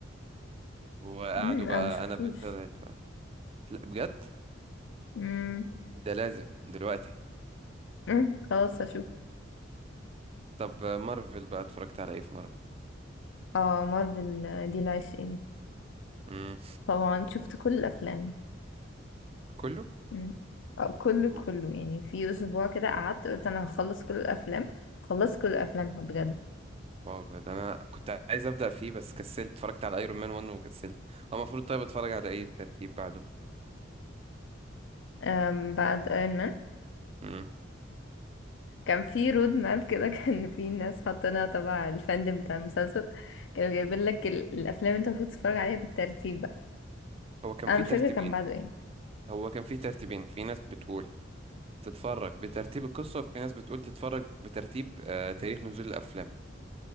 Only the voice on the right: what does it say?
وقعدوا
بقى
انا طلعت لا بجد
ده لازم دلوقتي
طب آه، مارفل بقى اتفرجت على ايه في مارفل
امم
كله
هو-
واو بجد انا كنت عايز ابدا فيه بس كسلت اتفرجت على ايرون مان 1 وكسلت هو المفروض طيب اتفرج على ايه الترتيب بعده
امم
هو كان
في
ترتيبين
هو كان في ترتيبين في ناس بتقول تتفرج بترتيب القصة وفي ناس بتقول تتفرج بترتيب آه تاريخ نزول الأفلام